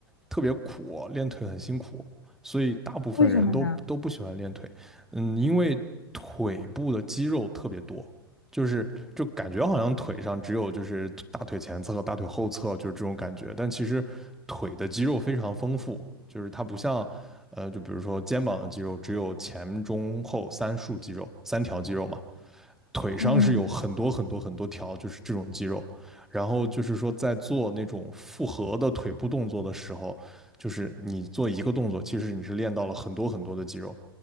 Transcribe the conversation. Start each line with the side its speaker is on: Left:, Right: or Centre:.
Centre: 特别苦，练腿很辛苦，所以大部分人都都不喜欢练腿。
Left: 为什么呢？
Centre: 嗯，因为腿部的肌肉特别多，就是就感觉好像腿上只有就是大腿前侧和大腿后侧就是这种感觉，但其实腿的肌肉非常丰富，就是它不像。呃，就比如说肩膀的肌肉只有前中后三束肌肉，三条肌肉嘛，腿上是有很多很多很多条，
Left: 嗯
Centre: 就是这种肌肉。然后就是说，在做那种复合的腿部动作的时候，就是你做一个动作，其实你是练到了很多很多的肌肉。